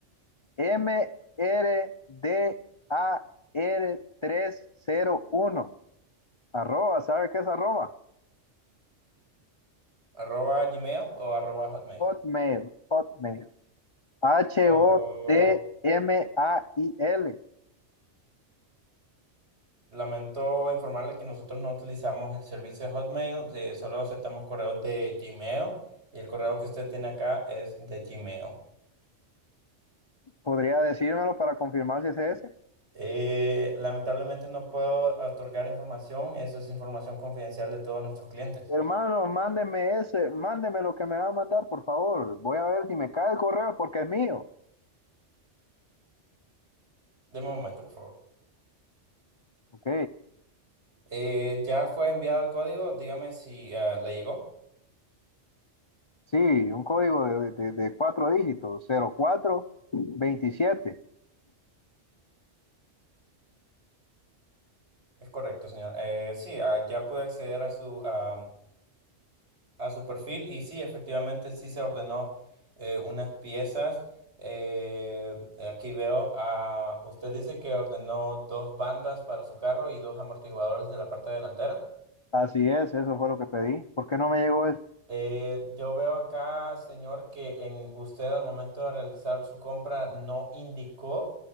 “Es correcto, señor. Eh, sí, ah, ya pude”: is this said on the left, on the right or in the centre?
Right